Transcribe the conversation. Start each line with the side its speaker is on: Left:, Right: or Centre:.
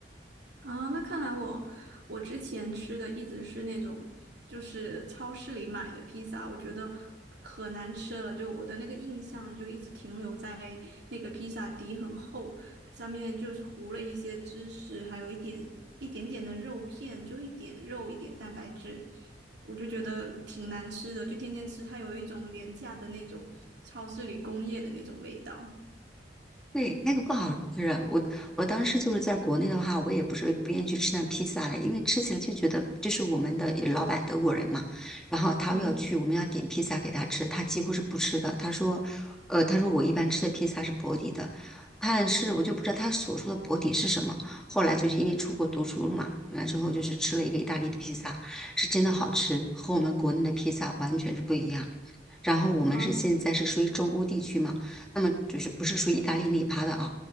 Right: 啊，那看来我我之前吃的一直是那种，就是超市里买的披萨，我觉得可难吃了。就我的那个印象就一直停留在那个披萨底很厚，上面就是糊了一些芝士，还有一点一点点的肉片，就一点肉一点蛋白质，我就觉得挺难吃的。就天天吃，它有一种廉价的那种超市里工业的那种味道。
Centre: 对，那个不好吃。我我当时就是在国内的话，我也不是不愿意去吃那披萨了，因为吃起来就觉得，就是我们的老板德国人嘛，然后他要去，
Right: 嗯，
Centre: 我们要点披萨给他吃，他几乎是不吃的。他说，呃，他说我一般吃的披萨是薄底的，但是我就不知道他所说的薄底是什么。后来就是因为出国读书了嘛，完了之后就是吃了一个意大利的披萨，是真的好吃，和我们国内的披萨完全是不一样。然后我们是现在是属于中欧地区嘛。
Right: 啊，
Centre: 那么就是不是属于意大利那一趴的啊。